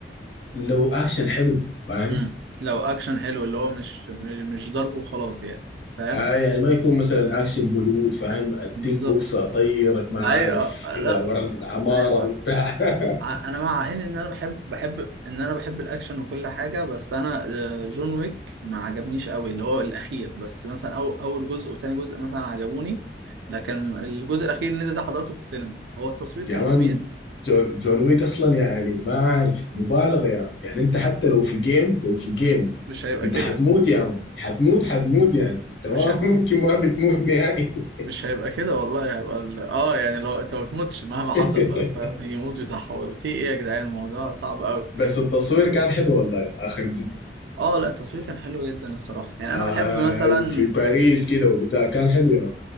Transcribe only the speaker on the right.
امم لو اكشن حلو اللي هو مش مش ضرب وخلاص يعني فاهم
بالظبط
ايوه لا
ايوه فاهم
ع- انا مع ان ان انا بحب بحب ان انا بحب الاكشن وكل حاجه بس انا آه، جون ويك ما عجبنيش قوي اللي هو الاخير بس مثلا أو اول جزء وتاني جزء مثلا عجبوني لكن الجزء الاخير اللي ده حضرته في السينما هو التصوير
كان
جميل
مش هيبقى
كده
مش
مش هيبقى كده والله هيبقى ال... اه يعني لو انت ما بتموتش مهما حصل
بقى فاهم يموت ويصحوا في ايه يا جدعان الموضوع صعب قوي
اه لا التصوير كان حلو جدا الصراحه يعني
انا بحب مثلا